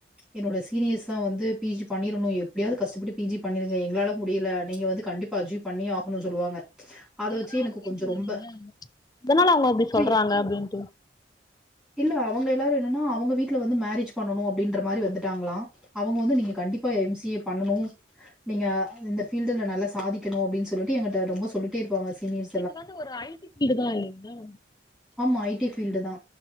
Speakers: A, in the centre; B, on the left.
A: என்னோட சீனியர்ஸ்தா வந்து பி. ஜி பண்ணிரணு எப்டியாவுது கஷ்டப்பட்டு பி. ஜி பண்ணிருங்க எங்ளால முடியல நீங்க வந்து கண்டிப் பா ஜி பண்ணியே ஆகணு சொல்லுவாங்க அத
B: எதனாலனு
A: வச்சு எனக்கு
B: கேட்டீங்ளா
A: கொஞ்சம் ரொம்ப
B: நீங்க எதனால அவுங்க அப்டி
A: புரி
B: சொல்றாங்க அப்டின்
A: இல்ல அவங்க எல்லாரு என்னன்னா அவங்க வீட்ல வந்து மேரேஜ் பண்ணனு அப்டின்ற மாரி வந்துட்டாங்ளா அவங்க வந்து நீங்க கண்டிப் பா எம். சி. ஏ பண்ணனு நீங்க இந்த ஃபீல்டுல நல்லா சாதிக்கணு அப்டின் சொல்லிட்டு எங்கிட்ட ரொம்ப சொல்லிட் ட்டே இருப்பாங்க சினீயர்ஸ்
B: இது வந்து ஒரு ஐ. டி ஃபீல்டுதா இல்லிங்ளா
A: ஆமா ஐ. டி ஃபீல்டுதா